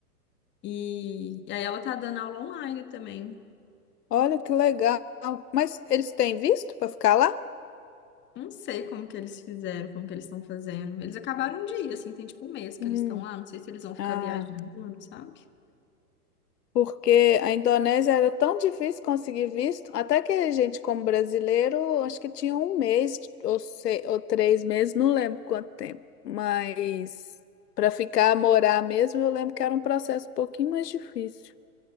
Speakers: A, on the left (about 25°); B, on the left (about 80°).
A: E, e aí ela tá dando aula online também.
B: olha que legal. Mas eles têm visto para ficar lá?
A: Não sei como que eles fizeram, como que eles estão fazendo. Eles acabaram um dia, assim, tem tipo um mês que
B: Hum.
A: eles estão lá. Não sei se eles vão ficar
B: Ah,
A: viajando, sabe?
B: porque a Indonésia era tão difícil conseguir visto, até que a gente, como brasileiro, acho que tinha um mês ou, se- ou três meses, não lembro quanto tempo. Mas para ficar, morar mesmo, eu lembro que era um processo um pouquinho mais difícil.